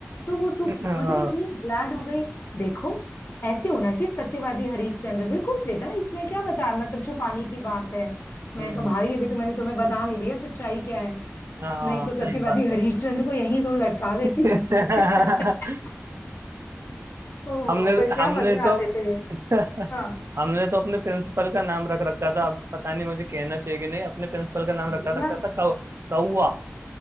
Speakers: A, on the left; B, on the right.
A: तो वो सुप
B: हाँ,
A: मतलब इतनी ग्लैड हो गई देखो ऐसे होना चाहिए सत्यवादी हरिश्चंद्र बिल्कुल बेटा इसमें क्या बताया मतलब छुपाने की बात है मैं
B: हम्म
A: कहा भाई अभी तो मैंने तुम्हें बता नहीं दिया सच्चाई क्या है
B: हाँ
A: नहीं तो
B: सही
A: सत्यवादी
B: बात
A: हरिश्चंद्र
B: है
A: को यहीं तुम लटका देती
B: <laughs>
A: <laughs> ओहो
B: हमने
A: पर क्या
B: हमने
A: मजे
B: तो
A: आते थे
B: <laughs>
A: हाँ
B: हमने तो अपने प्रिंसिपल का नाम रख रखा था अब पता नहीं मुझे कहना चाहिए कि नहीं अपने प्रिंसिपल का नाम
A: बोलो
B: रखा
A: ना
B: रखा था कौ कौआ